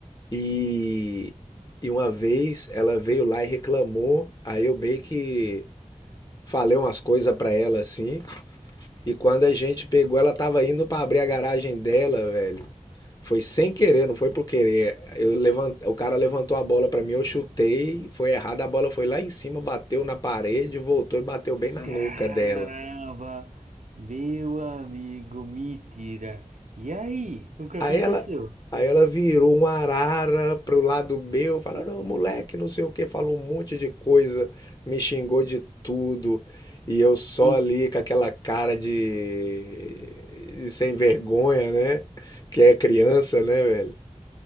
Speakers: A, on the left; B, on the right.
A: e, e uma vez ela veio lá e reclamou. Aí eu meio que falei umas coisas pra ela assim. E quando a gente pegou, ela tava indo pra abrir a garagem dela, velho. Foi sem querer, não foi por querer. Eu levant... O cara levantou a bola pra mim, eu chutei, foi errado, a bola foi lá em cima, bateu na parede, voltou e bateu bem na
B: Caramba,
A: nuca dela.
B: meu amigo, mentira. E aí, o que aconteceu?
A: Aí ela, aí ela virou uma arara pro lado meu, falando, "Ô, moleque, não sei o que, falou um monte de coisa, me xingou de tudo. E eu só
B: Hum,
A: ali com aquela cara de, de sem vergonha, né? Que é criança, né, velho?